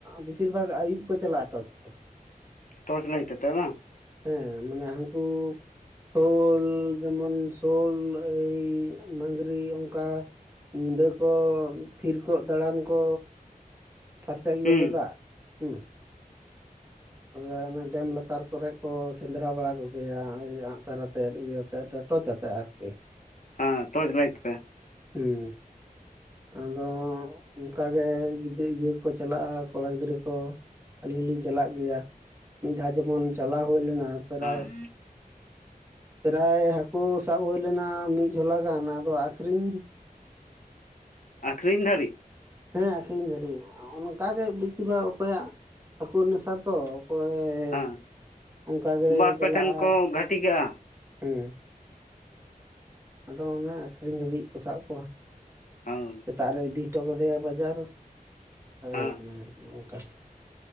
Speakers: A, on the right (about 15°); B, on the left (about 60°).
A: ᱵᱮᱥᱤᱨ ᱵᱷᱟᱜ ᱟᱭᱩᱵ ᱠᱚ ᱪᱟᱞᱟᱜ-ᱟ ᱛᱚ ᱾
B: ᱴᱚᱨᱪ ᱞᱟᱭᱤᱴ ᱟᱛᱮ ᱵᱟᱝ?
A: ᱦᱮᱸ ᱢᱟᱱᱮ ᱦᱟᱱᱠᱩ ᱥᱳᱞ ᱡᱮᱢᱚᱱ ᱥᱳᱞ ᱮ ᱢᱟᱹᱜᱽᱨᱤ ᱚᱱᱠᱟ᱾ ᱧᱤᱫᱟᱹ ᱠᱚ ᱛᱷᱤᱨ ᱠᱚᱜ ᱫᱟᱲᱟᱱ ᱠᱚ᱾ ᱯᱷᱚᱨᱪᱟ ᱜᱮᱭᱟ
B: ᱦᱩᱸ
A: ᱛᱚ ᱫᱟᱜ ᱦᱩᱸ᱾ <inaudible> ᱛᱚᱵᱮ ᱚᱱᱮ ᱰᱮᱢ ᱞᱟᱛᱟᱨ ᱠᱚᱨᱮ ᱠᱚ ᱥᱮᱸᱫᱽᱨᱟ ᱵᱟᱲᱟ ᱠᱚᱜᱮᱭᱟ ᱟᱸᱜᱥᱟᱨ ᱟᱛᱮᱫ ᱤᱭᱟᱹᱛᱮ᱾ ᱴᱚᱪ ᱟᱛᱮ ᱟᱨᱠᱤ᱾
B: ᱦᱮᱸ ᱴᱚᱪ ᱞᱟᱭᱤᱴ ᱛᱮ᱾
A: ᱦᱮᱸ᱾ ᱟᱫᱚ ᱚᱱᱠᱟ ᱜᱮ ᱡᱩᱫᱤ ᱤᱭᱟᱹ ᱠᱚ ᱪᱟᱞᱟᱜ-ᱟ ᱠᱚᱲᱟ ᱜᱤᱫᱽᱨᱟᱹ ᱠᱚ ᱟᱹᱞᱤᱧ ᱦᱚᱞᱤᱧ ᱪᱟᱞᱟᱜ ᱜᱮᱭᱟ ᱾ <inaudible> ᱢᱤᱫ ᱫᱷᱟᱣ ᱡᱮᱢᱚᱱ ᱪᱟᱞᱟᱣ ᱦᱩᱭ ᱞᱮᱱᱟ ᱯᱮᱨᱟᱭ
B: ᱦᱮᱸ
A: <inaudible> <inaudible> ᱯᱨᱟᱭ ᱦᱟᱹᱠᱩ ᱥᱟᱵ ᱦᱩᱭ ᱞᱮᱱᱟ ᱢᱤᱫ ᱡᱷᱚᱞᱟ ᱜᱟᱱ ᱟᱫᱚ ᱟᱠᱷᱨᱤᱧ
B: ᱟᱠᱷᱨᱤᱧ ᱫᱷᱟᱹᱨᱤᱡ?
A: ᱦᱮᱸ ᱟᱠᱷᱨᱤᱧ ᱫᱟᱹᱨᱤᱡ ᱚᱱᱠᱟ ᱜᱮ ᱵᱤᱥᱤᱨ ᱵᱷᱟᱜ ᱚᱠᱚᱭᱟᱜ <inaudible> ᱦᱟᱹᱠᱩ ᱱᱮᱥᱟ ᱛᱚ᱾ ᱚᱠᱚᱭ
B: ᱦᱮᱸ
A: <inaudible> ᱚᱱᱠᱟ ᱜᱮ
B: ᱵᱟᱨ
A: ᱪᱟᱞᱟᱜ-ᱟ
B: ᱯᱮ ᱴᱷᱮᱱ ᱠᱚ ᱜᱷᱟᱹᱴᱤ
A: <inaudible>
B: ᱠᱟᱜᱼᱟ
A: ᱦᱮᱸ᱾ ᱟᱫᱚ ᱚᱱᱮ ᱟᱠᱷᱨᱤᱧ ᱦᱟᱹᱵᱤᱡ ᱠᱚ ᱥᱟᱵ ᱠᱚᱣᱟ ᱾
B: ᱦᱳᱭ
A: <inaudible> ᱥᱮᱛᱟᱜ ᱨᱮ ᱤᱫᱤ ᱠᱟᱫᱮᱭᱟᱭ ᱵᱟᱡᱟᱨ <inaudible> ᱦᱳᱭ
B: ᱦᱮᱸ
A: ᱦᱮᱡ ᱮᱱᱟᱭ ᱱᱚᱝᱠᱟ᱾